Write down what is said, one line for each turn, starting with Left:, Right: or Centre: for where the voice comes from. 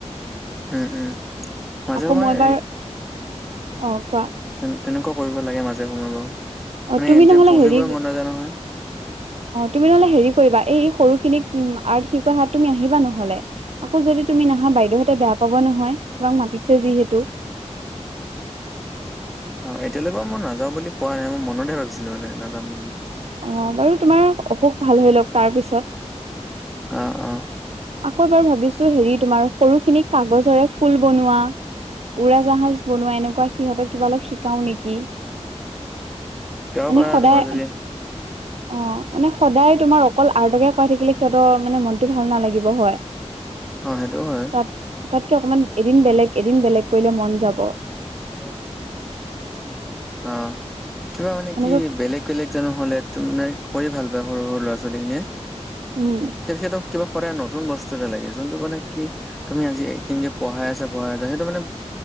Centre: উম, উম। মাজে
Right: আকৌ
Centre: সময়ে
Right: মই বাৰ অ', কোৱা।
Centre: তে তেনেকুৱা কৰিব লাগে মাজে সময়ে বাৰু মানে
Right: অ তুমি
Centre: এনিটাইম
Right: নহলে
Centre: পঢ়িবই
Right: হেৰি
Centre: মন নাযায় নহয়।
Right: অ', তুমি নহলে হেৰি কৰিবা এই সৰুখিনিক আৰ্ট শিকাই হাত তুমি আহিবা নহ'লে। আকৌ যদি তুমি নাহা বাইদেউহতে বেয়া পাব নহয় তোমাক মাতিছে যিহেতু।
Centre: অ', এতিয়ালৈকে মই নাযাওঁ বুলি কোৱা নাই মই মনতহে ভাবিছিলোঁ মানে নাযাম বুলি।
Right: অ', বাৰু তোমাৰ অসুখ ভাল হই লওক তাৰ পিছত।
Centre: অ', অ'।
Right: আকৌ এবাৰ ভাবিছোঁ হেৰি তোমাৰ সৰুখিনি কাগজৰে ফুল বনোৱা উৰা জাহাজ বনোৱা এনেকুৱা সিহঁতক কিবা অলপ শি কাও নেকি
Centre: শিকাব
Right: মানে
Centre: পাৰা
Right: সদায়
Centre: তোমাৰ যদি
Right: অ' মানে সদায় তোমাৰ অকল আৰ্টকে অকাই থাকিলে সিহঁতৰ মানে মনতটো ভাল নালাগিব হয়।
Centre: অ', সেইটোও হয়।
Right: তাত তাতকে অকণমান এদিন বেলেগ এদিন বেলেগ কৰিলে মন যাব।
Centre: ত <unintelligible> অ', কিবা মানে
Right: সেনেকুৱা
Centre: কি বেলেগ বেলেগ জানো হ'লে ত মানে কৰি ভাল পায় সৰু, সৰু ল'ৰা ছোৱালী খিনিয়ে
Right: উম
Centre: সেইহতক কিবা কৰা নতুন বস্তু এটা লাগে, যোনটো মানে কি তুমি আজি এইখিনিকে পঢ়াই আছা পঢ়াই আছা সেইটো মানে